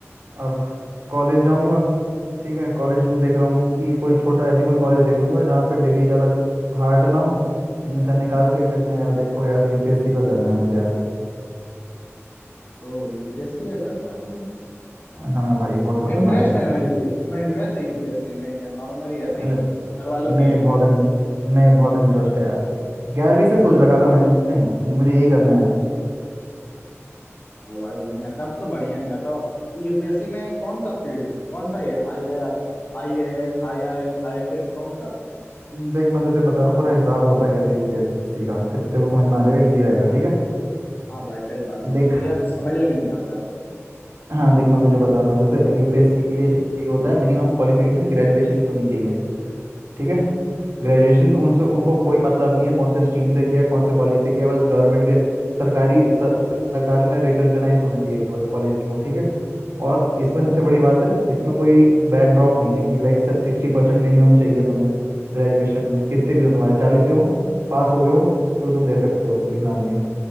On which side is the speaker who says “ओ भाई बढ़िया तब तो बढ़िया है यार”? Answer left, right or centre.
Left